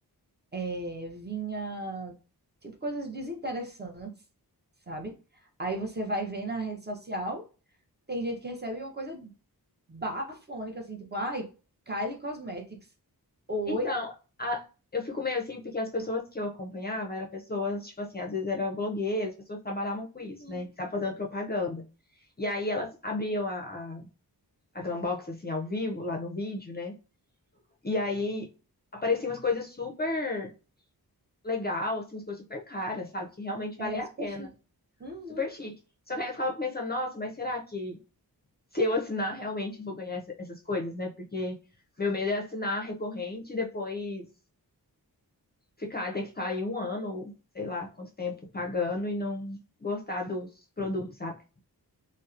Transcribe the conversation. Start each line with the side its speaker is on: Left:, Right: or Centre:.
Right: É, vinha, tipo, coisas desinteressantes, sabe? Aí você vai ver na rede social, tem gente que recebe uma coisa bafônica, assim, tipo, ai, Kylie Cosmetics. Oi?
Left: Então, a- eu fico meio assim, porque as pessoas que eu acompanhava eram pessoas, tipo assim, às vezes eram blogueiras, pessoas que trabalhavam com
Right: Uhum.
Left: isso, né? Que estavam fazendo propaganda. E aí elas abriam a, a, a Glambox, assim, ao vivo, lá no vídeo, né? E aí apareciam umas coisas super legal, assim, umas coisas super caras, sabe? Que realmente valia
Right: É super
Left: a pena.
Right: chique. Uhum.
Left: Super chique. Só que aí eu ficava pensando, nossa, mas será que se eu assinar, realmente vou ganhar essa- essas coisas, né? Porque meu medo é assinar recorrente e depois ficar, ter que ficar aí um ano, ou sei lá quanto tempo, pagando e não gostar dos produtos, sabe?